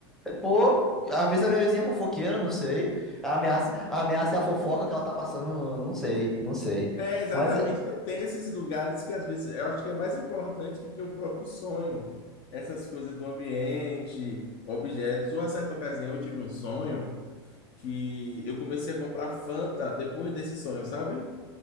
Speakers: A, in the centre; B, on the left.
A: Pô, às vezes a minha vizinha é fofoqueira, não sei. A ameaça, a ameaça é a fofoca que ela tá passando, não, não sei, não sei.
B: É, exatamente.
A: Mas, é-
B: Tem esses lugares que às vezes eu acho que é mais importante do que o próprio sonho. Essas coisas do ambiente, objetos. Uma certa ocasião eu tive um sonho. que eu comecei a comprar Fanta depois desse sonho, sabe?